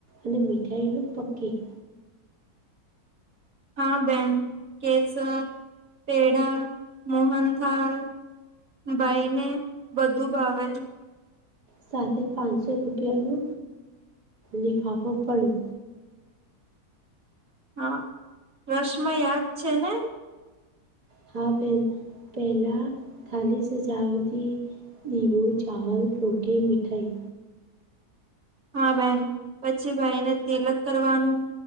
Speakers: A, on the right; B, on the right.
A: અને મીઠાઈનું પકેટ.
B: હા બેન કેશર પેડા, મોહન થાલ ભાઈ ને બધું ભાવે.
A: સાથે પાંચસો રૂપિયા નો લિફાફો પણ.
B: હા રસમો યાદ છે ને?
A: હા બેન પહેલા થાલી સજાવથી દીવો, ચાવલ <unintelligible> મીઠાઈ
B: હા બેન પછી ભાઈને તિલક કરવાનું,